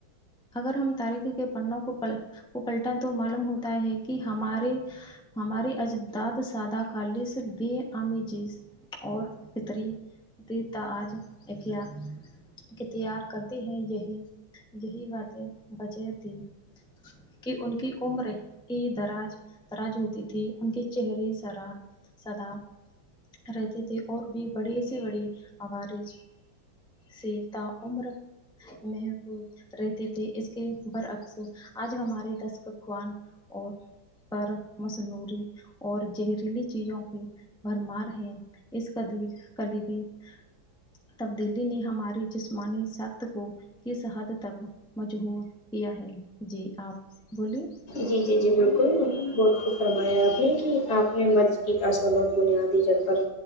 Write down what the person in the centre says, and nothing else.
اگر ہم تاریخی کے پنوں کو پ کو پلٹا تو معلوم ہوتا ہے کی ہمارےآہ ہمارے اجداد سادہ خالص بے عام جیز اور پتری دیتا آج ایک یار کی تیار کرتی ہیں یہی یہی باتیں بجہ تھی کہ ان کی عمر ای دراج تراج ہوتی تھی ان کے چہرے سرا سدا رہتے تھے اور بھی بڑے سے بڑے عوارے سے تا عمر محفوظ رہتے تھے اس کے برعکس آج ہمارے دستر خوان اور پر مصنوری اور جہریلی چیزوں کی بھرمار ہیں اس قدیر کلیبی حا تبدیلی نے ہماری جسمانی سخت کو کس حد تک مجبور کیا ہے جی آپ بولیے